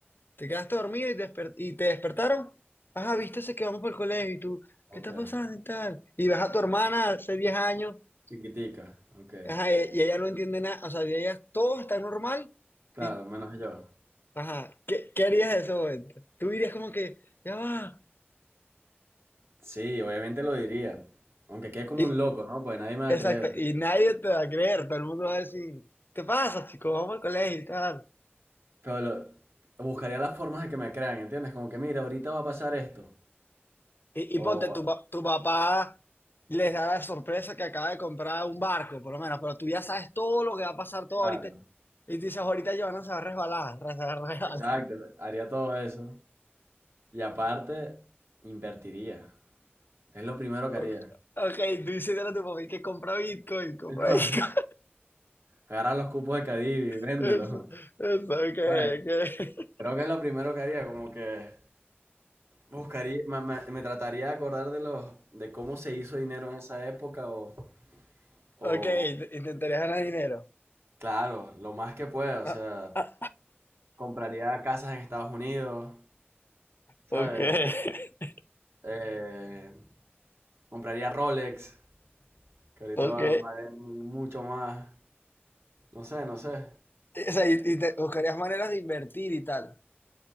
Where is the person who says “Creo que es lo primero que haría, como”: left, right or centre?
Right